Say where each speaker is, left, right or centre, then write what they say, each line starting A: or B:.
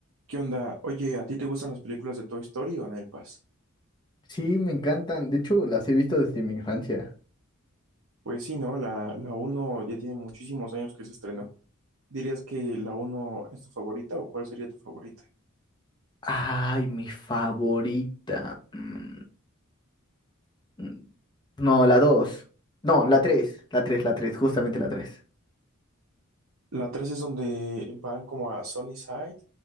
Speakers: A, on the right (about 70°); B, on the left (about 20°).
A: ¿Qué onda? Oye, ¿a ti te gustan las películas de Toy Story o Nelpas?
B: Sí, me encantan. De hecho, las he visto desde mi infancia.
A: Pues sí, ¿no? La, la uno ya tiene muchísimos años que se estrenó. ¿Dirías que la uno es tu favorita o cuál sería tu favorita?
B: Ay, mi favorita. Mm, mm. No, la dos. No, la tres. La tres, la tres, justamente la tres.
A: La 3 es donde van como a Sunnyside.